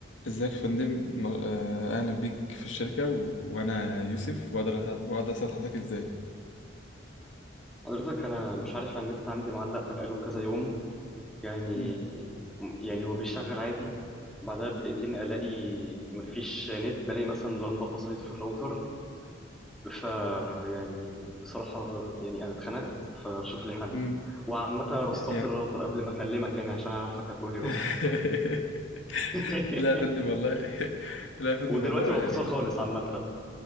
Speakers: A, on the left; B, in the centre.
A: ازيك يا فندم م- آه، اهلا بيك في الشركه و... وانا يوسف واقدر أسا- واقدر اساعد حضرتك ازاي
B: حضرتك انا مش عارف النت عندي معلق بقاله كذا يوم يعني
A: مم.
B: يعني هو بيشتغل عادي بعدها بدقيقتين الاقي مفيش نت بلاقي مثلا لمبه فصلت في الراوتر ف يعني بصراحه يعني انا اتخنقت فشوف لي حل
A: مم.
B: وعامه رسترت
A: ي- يعني
B: الراوتر قبل ما اكلمك يعني عشان اعرفك هتقول لي رستر
A: <laughs>
B: <laughs>
A: لا يا فندم والله <laughs> لا يا فندم
B: ودلوقتي
A: والله
B: هو
A: يعني
B: فصل خالص عامه